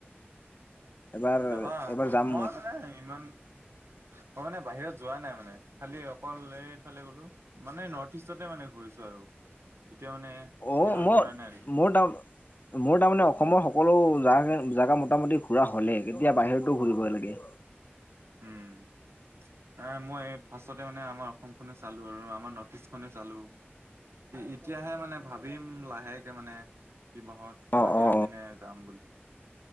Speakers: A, on the left (about 45°); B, on the right (about 80°).
A: এবাৰ
B: উম যাবা
A: এবাৰ যাম
B: মই মানে ইমান-
A: <inaudible>
B: মই মানে বাহিৰত যোৱা নাই মানে। খালি অকল এইফালে গলো। মানে নৰ্থ ইষ্টতে মানে ঘূৰিছো আৰু। এতিয়া মানে
A: অ!
B: কিবাত
A: মই
B: ঘূৰা নাই আৰু কি।
A: মোৰ তাৰ মোৰ তাৰমানে অসমৰ সকলো জা জেগা মোটামুটি পুৰা হ'লে তেতিয়া বাহিৰতো ঘূৰিব লাগে।
B: উম। আহ মই ফাৰ্ষ্টতে মানে আমাৰ অসম নে চালো আৰু। আমাৰ নৰ্থ ইষ্টখনে চালো। এতিয়াহে মানে ভাবিম লাহেকে মানে কিবাহত।
A: অ
B: বাহিৰৰ
A: অ
B: পিনে যাম বুলি।